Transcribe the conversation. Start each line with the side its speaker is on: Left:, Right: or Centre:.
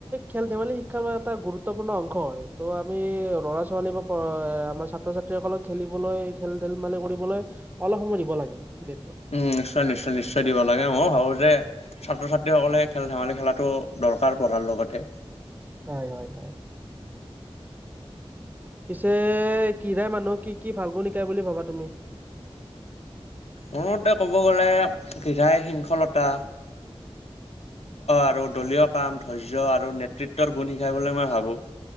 Right: খেল- ধেমালি শিক্ষাৰ এটা, গুৰুত্বপূৰ্ণ অংশ হয়। আমি, ল'ৰা - ছোৱালী বা আমাৰ ছাত্ৰ - ছাত্ৰীসকলক, খেলিবলৈ খেল- ধেলমালি কৰিবলৈ অলপ সময় দিব লাগে, দিনটোত।
Left: উম, নিশ্চয়, নিশ্চয়, নিশ্চয় দিব লাগে, মই ভাবোঁ যে ছাত্ৰ - ছাত্ৰীসকলে খেল - ধেমালি খেলাটো দৰকাৰ, পঢ়াৰ লগতে।
Right: হয়, হয়, হয়। পিছে, ক্ৰীয়াই মানুহ কি কি ভাল গুণ শিকায় বুলি ভাবা তুমি?
Left: মোৰ মতে ক'ব গ'লে, ক্ৰীয়াই শৃংখলতা আৰু দলীয় কাম, ধৈৰ্য আৰু নেতৃত্বৰ গুণ শিকায় বুলি মই ভাবোঁ।